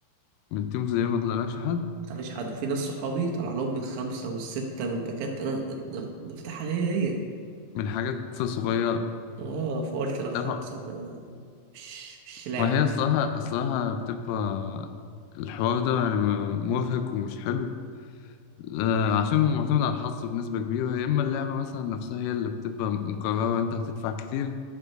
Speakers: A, on the left; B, on the right.
A: من تيم زي ما طلعلكش حد
B: مطلعليش حد وفي ناس صحابي طلع لهم بالخمسة والستة من باكات أنا أنا فاتحها هي هي
A: من حاجات صغيرة
B: اه فقلت لا خلاص
A: دفع
B: أنا مش مش لاعب
A: ما هي الصراحة
B: يعني
A: الصراحة بتبقى الحوار ده يعني مرهق ومش حلو آه، عشان معتمد على الحظ بنسبة كبيرة يا إما اللعبة مثلا نفسها هي اللي بتبقى مكررة أنت هتدفع كتير